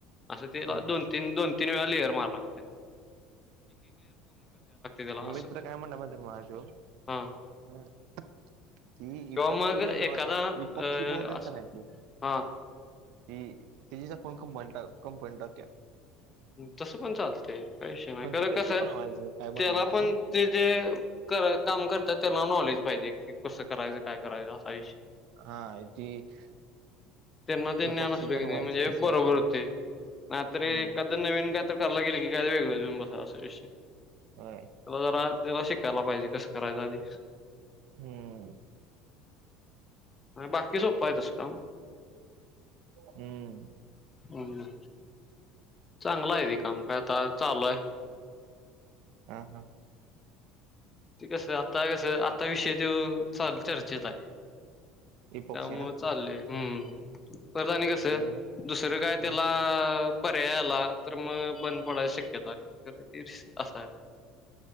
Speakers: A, on the left; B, on the right.
A: असं तिला
B: हम्
A: दोन तीन दोन तीन वेळा प्लेयर मार लागते त्याला असं
B: मित्र काय म्हणला माझा त्यो
A: हा
B: कि इपक्षी
A: किंवा मग
B: बनवा
A: एखादा
B: पक्षी
A: अ
B: बलत्यात
A: अस
B: का नाही ते
A: हा
B: ती तचीच फोन कं कंपन टाकत्या
A: तसं पण चालतं त काय विषय नाय
B: पण
A: कारण
B: ती कशी
A: कस हाय
B: बनवायचं काय
A: तेला
B: बनवायचं
A: पण
B: हा
A: ते जे काम करत्यात त्याला पण नॉलेज पाहिजे कि कस करायच काय करायच असा इशय
B: हा ती
A: ते ज्ञान
B: पक्षी
A: असलं
B: बनवायचं
A: कणी मग ते
B: कसं
A: बर होतंय
B: हा
A: हा तरीनाही
B: हम्म
A: नवीन काय तरराय गेल क काय वेगळजून बस असय विषय
B: होय
A: चला तररा त्याला शिकायला पाहिजे कसं करायचं आधी
B: हम्म
A: बाकी सोपं आहे तस काम
B: हम्म
A: हम् चांगला आहे ती काम कायता चालूय
B: हम हम
A: ते कस आता कसं आता विषय ते चाल चर्चेत आहे
B: इपॉक्सी
A: त्यामुळ
B: ना
A: चालले हम्म करत आणि कसं
B: नाही.
A: दुसरं काय
B: हा
A: त्याला अअअअ पर्याय आला तर मग बंद पडायची शक्यता ते असं हाय